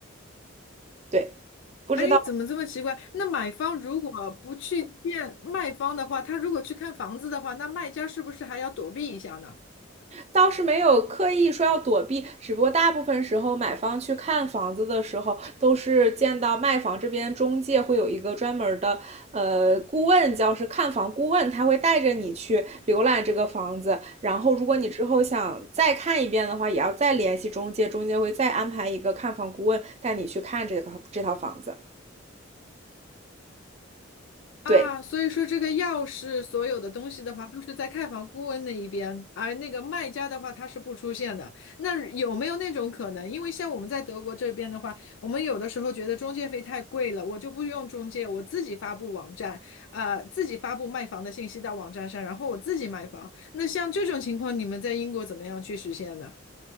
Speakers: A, on the right (about 30°); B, on the left (about 65°).
A: 对，不知道
B: 哎，怎么这么奇怪？那买方如果不去见卖方的话，他如果去看房子的话，那卖家是不是还要躲避一下呢？
A: 倒是没有刻意说要躲避，只不过大部分时候买方去看房子的时候，都是见到卖房这边中介会有一个专门的呃顾问，叫是看房顾问，他会带着你去浏览这个房子，然后如果你之后想再看一遍的话，也要再联系中介，中介会再安排一个看房顾问带你去看这套这套房子。
B: 啊，
A: 对，
B: 所以说这个钥匙所有的东西的话，都是在看房顾问那一边，而那个卖家的话，他是不出现的。那有没有那种可能？因为像我们在德国这边的话，我们有的时候觉得中介费太贵了，我就不用中介，我自己发布网站，呃，自己发布卖房的信息到网站上，然后我自己卖房。那像这种情况，你们在英国怎么样去实现呢？